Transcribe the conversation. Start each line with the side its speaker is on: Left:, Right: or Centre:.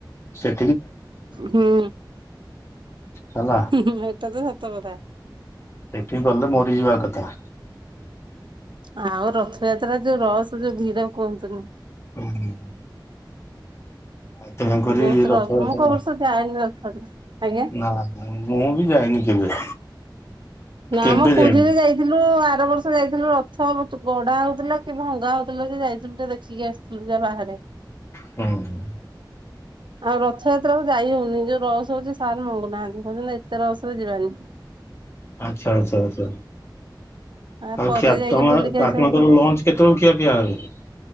Left: ସେ
Right: ହୁଁ ହୁଁ
Left: ହେଲା
Right: ହୁଁ ଏଟା ତ ସତ କଥା।
Left: ସେଠିକି ଗଲେ ମରିଯିବା ଏକାଥରେ।
Right: ଆଉ ରଥଯାତ୍ରା ଯୋଉ ରସ ଯୋଉ ଭିଡ କୁହନ୍ତୁନି।
Left: ହୁଁ ଆଉ ତେଣୁକରି
Right: ବହୁତ
Left: ରଥଯାତ୍ରା
Right: ରସ ମୁଁ କଉ ବର୍ଷ ଯାଏନି ରଥଯାତ୍ରା। ଆଜ୍ଞା।
Left: ନା ମୁଁ ମୁଁ ବି ଯାଇନି କେବେ।
Right: ନା
Left: କେବେ
Right: ମ ପୁରୀରେ
Left: ଯାଇନି
Right: ଯାଇଥିଲୁ ଆ ଆର ବର୍ଷ ଯାଇଥିଲୁ ରଥ ବ ଚ ଗଡା ହଉଥିଲା କି ଭଙ୍ଗା ହଉଥିଲା ଯେ ଯାଇଥିଲୁ ଟିକେ ଦେଖିକି ଆସିଲୁ ଯାହା ବାହାରେ। <inaudible>
Left: ହୁଁ ହୁଁ।
Right: ଆଉ ରଥଯାତ୍ରା କୁ ଯାଇ ହଉନି ଯୋଉ ରସ ହଉଛି ସାର୍ ମଙ୍ଗୁନାହାନ୍ତି କହୁଛନ୍ତି ଏତେ ରସରେ ଯିବାନି। <inaudible>
Left: ଆଚ୍ଛା ଆଚ୍ଛା ଆଚ୍ଛା।
Right: ଆ
Left: ଆଉ
Right: ପରେ
Left: ଖିଆ
Right: ଯାଇକି
Left: ତମର
Right: ବୁଲିକି ଆସିବାକୁ
Left: ଆପଣଙ୍କର
Right: ପଡୁଛି
Left: ଲଞ୍ଚ କେତେବେଳୁ ଖିଆପିଆ କରିବେ?